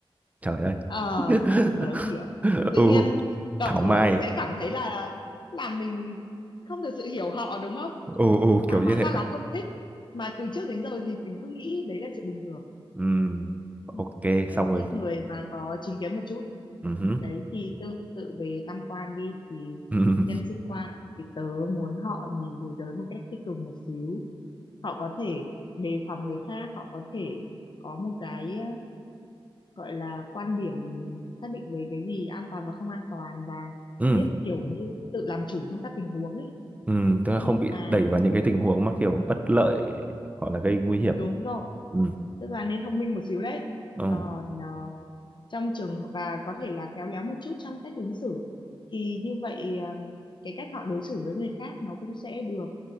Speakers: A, on the right; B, on the left.
A: trời ơi
B: Ờ,
A: <laughs>
B: tớ hiểu. Tự
A: ừ
B: nhiên cậu
A: thảo
B: ờ,
A: mai
B: sẽ cảm thấy là là mình không thực sự hiểu họ đúng không?
A: ừ ừ
B: À,
A: kiểu
B: hóa
A: như thế
B: ra là
A: đấy
B: không thích. Mà từ trước đến giờ thì mình cứ nghĩ đấy là chuyện bình thường.
A: ừ ok
B: Ừ. Tớ
A: xong rồi
B: thích người mà có chính kiến một chút.
A: ừ hứ,
B: Đấy thì tương tự về tam quan đi thì
A: ừ
B: nhân sinh quan thì tớ muốn họ nhìn thế giới một cách tích cực một xíu. Họ có thể đề phòng người khác, họ có thể có một cái gọi là quan điểm xác định về cái gì an toàn và không an toàn và
A: ừ
B: biết kiểu như tự làm chủ trong các tình huống ấy
A: ừ tức là
B: nhưng
A: không bị
B: mà
A: đẩy vào những cái tình huống mà kiểu bất lợi hoặc là gây nguy hiểm
B: đúng rồi
A: ừ
B: tức là nên thông minh một xíu đấy
A: ừ
B: còn ờ, trong trường và có thể là khéo léo một chút trong cách ứng xử thì như vậy ừm, cái cách họ đối xử với người khác nó cũng sẽ được